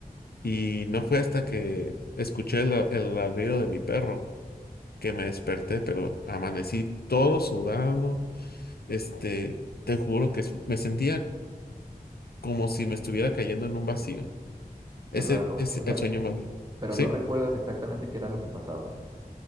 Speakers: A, on the left; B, on the right.
A: Y no fue hasta que escuché el, el ladrido de mi perro que me desperté, pero amanecí todo sudado. Este, te juro que s- me sentía como si me estuviera cayendo en un vacío. Ese
B: Qué raro.
A: es
B: O sea,
A: el sueño más.
B: pero
A: ¿Sí?
B: no recuerdas exactamente qué era lo que pasaba.